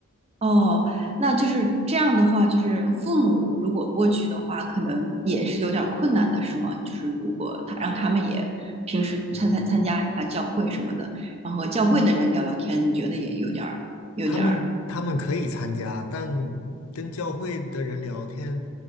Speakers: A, on the right; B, on the left.
A: 哦，那就是这样的话，就是父母如果过去的话，可能也是有点儿困难的，是吗？就是如果他让他们也平时参参参加一下教会什么的，
B: 嗯，
A: 然后和教会的人聊聊天，你觉得也有点儿有点儿，
B: 他们他们可以参加，但跟教会的人聊天，